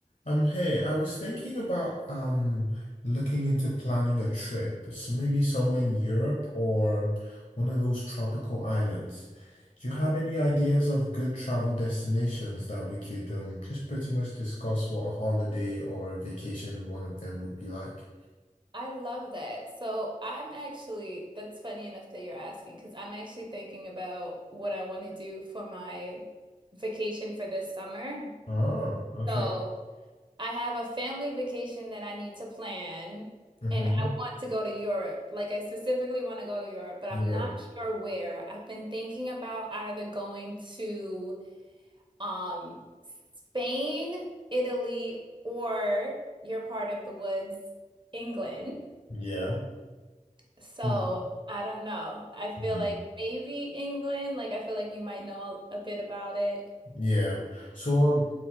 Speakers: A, on the left; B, on the right.
A: Um, hey, I was thinking about um looking into planning a trip, so maybe somewhere in Europe or one of those tropical islands. Do you
B: Oh,
A: have any ideas of good travel destinations that we could um just pretty much discuss what a holiday or a vacation in one of them would be like?
B: I love that. So I'm actually, that's funny enough that you're asking, because I'm actually thinking about what I want to do for my vacation for this summer.
A: Oh, okay.
B: So I have a family vacation that I need to plan,
A: Mm-hmm.
B: and I want to go to Europe. Like, I specifically want to go to Europe, but
A: Europe.
B: I'm not sure where. I've been thinking about either going to um Spain, Italy, or your part of the woods, England.
A: Yeah.
B: So
A: Hmm.
B: I don't know. I feel
A: Mm-hmm.
B: like maybe England. Like I feel like you might know a bit about it.
A: Yeah. So um,